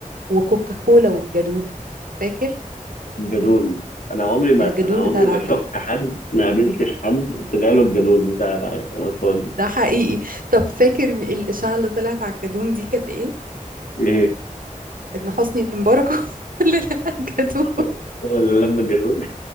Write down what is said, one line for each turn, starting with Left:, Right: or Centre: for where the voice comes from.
Right: وكوكاكولا والجدون فاكر
Left: جدون انا عمري ما
Right: الجدون
Left: انا عمري
Right: بتاع العجل
Left: ما شفت حد ما قابلتش حد طلع له الجدون بتاع ده يعني انا فاضي
Right: ده حقيقي طب فاكر م- الإشاعة اللي طلعت على الجدون دي كانت إيه؟
Left: ايه
Right: إن حسني مبارك <laughs> هو اللي لقى الجدون
Left: هو هو اللي لما الجدون